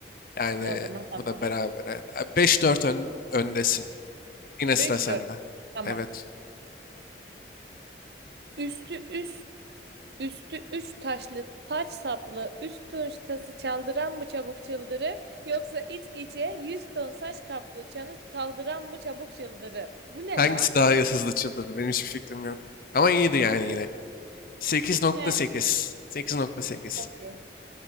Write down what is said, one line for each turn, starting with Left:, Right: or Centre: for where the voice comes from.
Left: Yani
Right: E o zaman tamam.
Left: bu da beraber. Beş dört ön, öndesin. Yine
Right: Beş
Left: sıra sende.
Right: dört. Tamam.
Left: Evet.
Right: Üstü üst Üstü üç taşlı taç saplı üç tunç tası çaldıran mı çabuk çıldırır yoksa iç içe yüz ton saç kaplı çanı kaldıran mı çabuk çıldırır? Bu ne
Left: Hangisi
Right: lan?
Left: daha hızlı çıldırdı? Benim hiçbir fikrim yok. Ama iyiydi
Right: Bilmiyorum.
Left: yani yine. Sekiz nokta
Right: Eh,
Left: sekiz. Sekiz nokta nokta sekiz.
Right: okey.